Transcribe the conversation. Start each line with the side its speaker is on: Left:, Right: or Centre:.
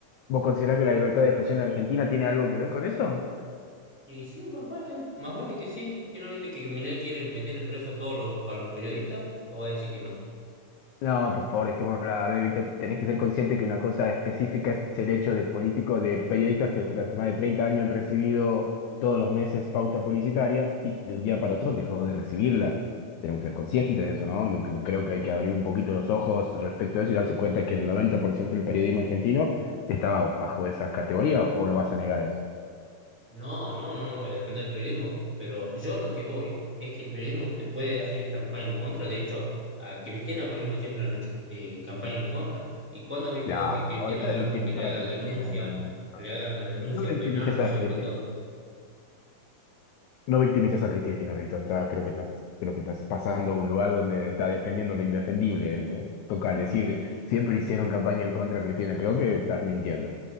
Left: vos considerás que la libertad de expresión en Argentina tiene algo que ver con eso?
Centre: Y sí, más vale, más vale que sí, que no viste que Milei quiere meterle preso a todos los, a los periodistas, o va a decir que no.
Left: No, por favor, dejémoslo A ver, Víctor, tenés que ser consciente que una cosa específica es el hecho de políticos, de periodistas que durante más de 30 años han recibido todos los meses pauta publicitaria y de un día para otro dejó de recibirla. Tenemos que ser conscientes de eso, ¿no? No- que- Creo que hay que abrir un poquito los ojos respecto a eso y darse cuenta que el 90% del periodismo argentino estaba bajo esas categorías, ¿o lo vas a negar a eso?
Centre: No, no, no, no voy a defender el periodismo, pero yo lo que voy es que el periodismo te puede hacer campaña en contra. De hecho, a Cristina, por ejemplo, siempre le han hecho eh, campaña en contra. ¿Y cuándo has visto
Left: No,
Centre: vos que
Left: por
Centre: Cristina
Left: favor, deja
Centre: agarre
Left: de victimizar
Centre: y que le haga
Left: a Cristina,
Centre: denuncia,
Left: no, no, no.
Centre: le hagan una denuncia
Left: No victimices
Centre: penal
Left: a
Centre: sobre
Left: Cristina.
Centre: todo?
Left: No victimices a Cristina, Víctor. Estás- creo que estás, creo que estás pasando a un lugar donde está defendiendo lo indefendible, ¿eh? Toca decir, siempre hicieron campaña en contra de Cristina. Creo que estás mintiendo.